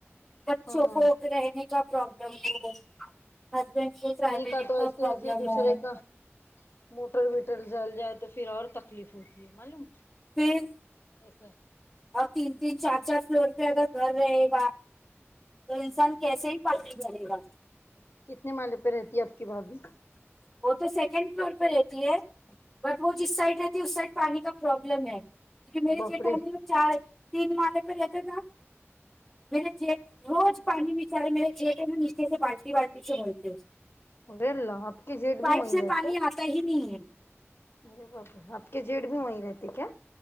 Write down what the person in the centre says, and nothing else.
بچوں
کو رہنے کا پرابلم ہو ہسبینڈ کو
کا
پرابلم
ہے
پھر
اور تین تین چار چار فلور پہ اگر گھر رہے گا تو انسان کیسے ہی پانی بھرے گا
وہ تو سیکنڈ فلور پہ رہتی ہے بٹ وہ جس سائڈ رہتی ہے اس سائڈ پانی کا پروبلم ہے کیوکے میری
جیٹھانی چار تین مالے پے رہتے تھے نہ <unintelligible>
پائپ
سے
پانی آتا ہی نہیں ہے